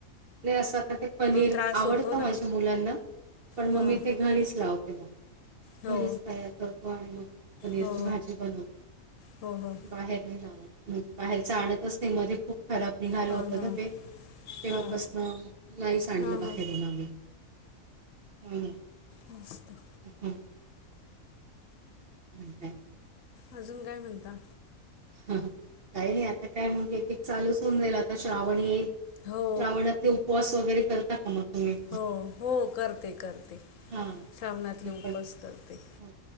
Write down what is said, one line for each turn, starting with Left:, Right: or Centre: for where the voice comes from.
Right: ते असं आता ते पनीर!
Left: त्रास
Right: आवडतं
Left: होतो ना
Right: माझ्या मुलांना! ! पण
Left: हां
Right: मग मी, ते घरीच लावते. मग
Left: हो
Right: घरीच तयार करतो आणि मग पनीरची
Left: हो
Right: भाजी बनवत
Left: हो हो हो
Right: बाहेर नाही लावत बाहेरच आणतच नाही मध्ये खूप खराब निघालं
Left: हां
Right: होत
Left: हां
Right: न ते! ! तेव्हापासन
Left: हां
Right: नाहीच आणलं
Left: हां
Right: बाहेरून
Left: हां
Right: आम्ही हो ना?
Left: मस्त! !
Right: ह्म! ! त <unintelligible> <unintelligible>
Left: अजून काय म्हणता?
Right: हं हं काही नाही आता काय मग बैठक चालूच, होऊन जाईल आता श्रावण येईल!
Left: हो
Right: श्रावणातले उपवास वगैरे करता का मग तुम्ही?
Left: हो! हो! करते करते
Right: हा
Left: श्रावणातले
Right: मी
Left: उपास
Right: पण
Left: करते!
Right: हो.